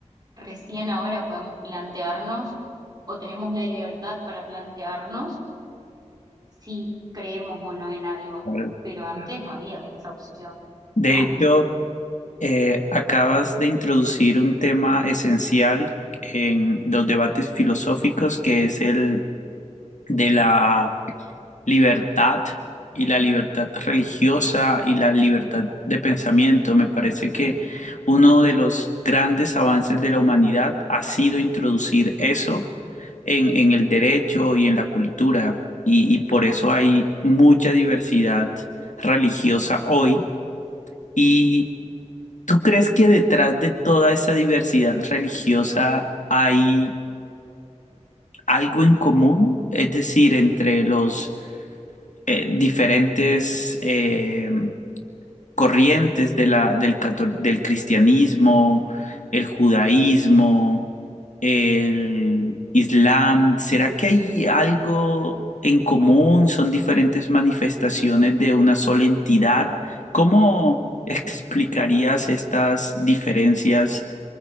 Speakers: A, on the right; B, on the left.
A: recién ahora podemos plantearnos o tenemos la libertad para plantearnos si creemos o no en algo,
B: Claro.
A: pero antes no había esa opción,
B: De
A: ¿no?
B: hecho, eh, acabas de introducir un tema esencial en los debates filosóficos, que es el de la libertad y la libertad religiosa y la libertad de pensamiento. Me parece que uno de los grandes avances de la humanidad ha sido introducir eso en, en el derecho y en la cultura, y, y por eso hay mucha diversidad religiosa hoy. ¿Y tú crees que detrás de toda esa diversidad religiosa hay algo en común? Es decir, entre los eh, diferentes eh, corrientes de la, del, catol- del cristianismo, el judaísmo, el islam. ¿Será que hay algo en común? ¿Son diferentes manifestaciones de una sola entidad? ¿Cómo explicarías estas diferencias